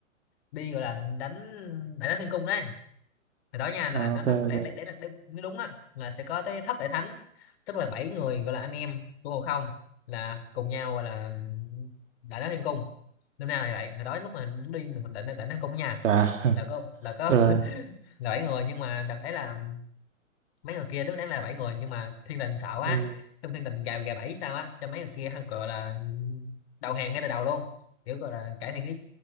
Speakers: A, on the left; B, on the right.
A: đi gọi là đánh đại náo thiên cung đấy hồi đó nha là
B: à
A: nó
B: ok
A: nó đấy
B: ok
A: đấy đấy là đúng nó đúng á là sẽ có tới thất đại thánh tức là bảy người gọi là anh em của Ngộ Không là cùng nhau gọi là đại náo thiên cung lúc nay là vậy hồi đó lúc mà đi mình đại đại náo thiên cung nha
B: chà <laughs>
A: là có là có
B: ờ
A: <laughs> là bảy người nhưng mà đợt đấy là mấy người kia lúc nãy là bảy người nhưng mà thiên đình sợ quá
B: ừ.
A: trong thiên đình gà gà bảy sao á cho mấy người kia hăng gọi là đầu hàng ngay từ đầu luôn kiểu gọi là cải thiện ý